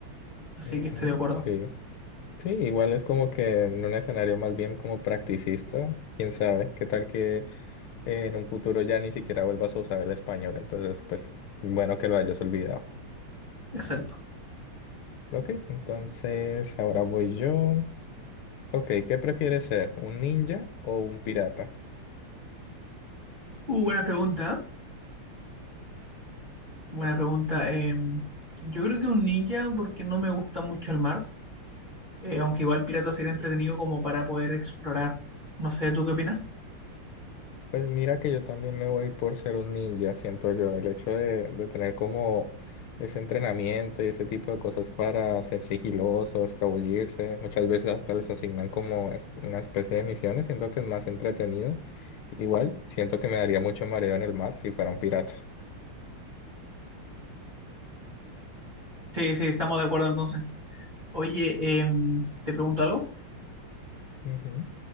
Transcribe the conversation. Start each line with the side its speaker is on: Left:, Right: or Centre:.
Right: Así
Left: Ujú,
Right: que estoy de acuerdo.
Left: sí. Sí, igual es como que en un escenario más bien como practicista, quién sabe, qué tal que eh, en un futuro ya ni siquiera vuelvas a usar el español, entonces pues bueno que lo hayas olvidado.
Right: Exacto.
Left: Ok, entonces ahora voy yo. Ok, ¿qué prefieres ser, un ninja o un pirata?
Right: Uh, buena pregunta. Buena pregunta. Em, yo creo que un ninja porque no me gusta mucho el mar. eh, aunque igual Pirata sería entretenido como para poder explorar. No sé, ¿tú qué opinas?
Left: Pues mira que yo también me voy por ser un ninja, siento yo. El hecho de, de tener como ese entrenamiento y ese tipo de cosas para ser sigiloso, escabullirse, muchas veces hasta les asignan como es- una especie de misiones, siento que es más entretenido. Igual, siento que me daría mucho mareo en el mar si fuera un pirata.
Right: Sí, sí, estamos de acuerdo entonces. Oye, em, te pregunto algo.
Left: Ujú,